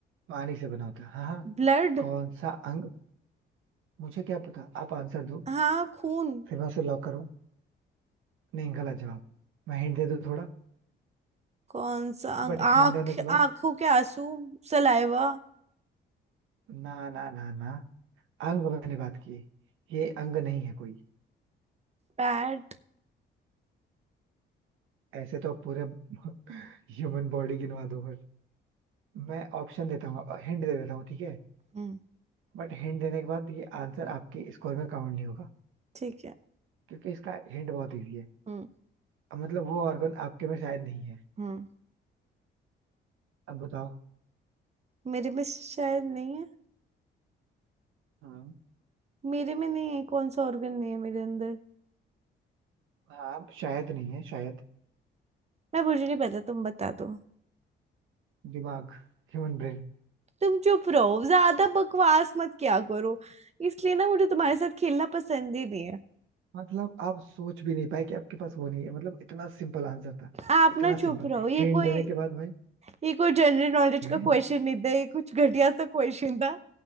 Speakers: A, on the right; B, on the right.
A: पानी से बना होता है हाँ हाँ
B: ब्लड
A: कौन सा अंग मुझे क्या पता आप आंसर दो
B: हाँ खून
A: फिर मैं उसे लॉक करूं नहीं गलत जवाब मैं हिंट दे दूं थोड़ा
B: कौन सा अंग
A: बट
B: आंख
A: हिंट देने के बाद
B: आंखों के आंसू सलाइवा
A: ना ना ना ना अंग मैंने बात की ये अंग नहीं है कोई
B: पैड
A: ऐसे तो पूरे <laughs> ह्यूमन बॉडी गिनवा दो फिर मैं ऑप्शन देता हूँ हिंट दे देता हूँ ठीक है
B: हम्म
A: बट हिंट देने के बाद ये आंसर आपके स्कोर में काउंट नहीं होगा
B: ठीक है
A: क्योंकि इसका हिंट बहुत इजी है
B: हम्म
A: अब मतलब वो ऑर्गन आपके में शायद नहीं है
B: हम्म
A: अब बताओ
B: मेरे में शायद नहीं है
A: हाँ
B: मेरे में नहीं है कौन सा ऑर्गन नहीं है मेरे अंदर
A: आप शायद नहीं है शायद
B: मैं मुझे नहीं पता तुम बता दो
A: दिमाग ह्यूमन ब्रेन
B: तुम चुप रहो ज्यादा बकवास मत किया करो इसलिए ना मुझे तुम्हारे साथ खेलना पसंद ही नहीं है
A: मतलब आप सोच भी नहीं पाए कि आपके पास वो नहीं है मतलब इतना सिंपल आंसर था
B: आप
A: इतना
B: ना चुप
A: सिंपल
B: रहो ये
A: हिंट
B: कोई
A: देने के बाद भाई
B: ये कोई जनरल नॉलेज
A: हिंट
B: का क्वेश्चन नहीं था ये कुछ घटिया सा क्वेश्चन था